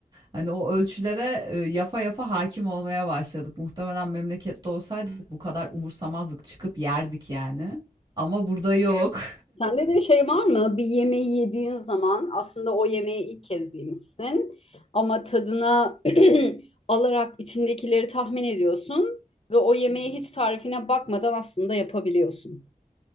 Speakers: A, on the right; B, on the left.
A: Hani o ölçülere e, yapa yapa hakim olmaya başladık. Muhtemelen memlekette olsaydık bu kadar umursamazdık, çıkıp yerdik yani. Ama burada yok.
B: Sende de şey var mı? Bir yemeği yediğin zaman aslında o yemeği ilk kez yemişsin ama tadına <clears throat> alarak içindekileri tahmin ediyorsun ve o yemeği
A: <laughs>
B: hiç tarifine bakmadan aslında yapabiliyorsun.